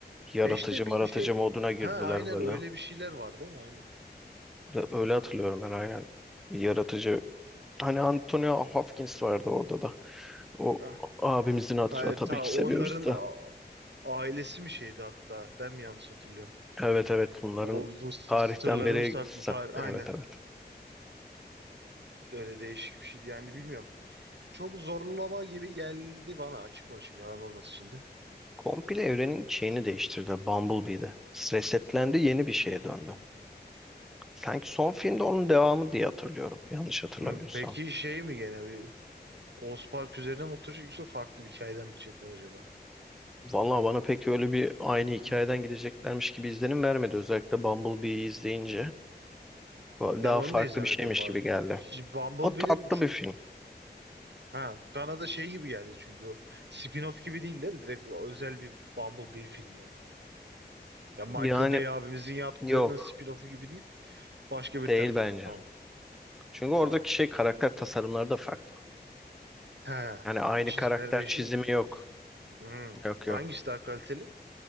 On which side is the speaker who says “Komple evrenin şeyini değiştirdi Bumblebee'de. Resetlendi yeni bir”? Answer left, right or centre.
Centre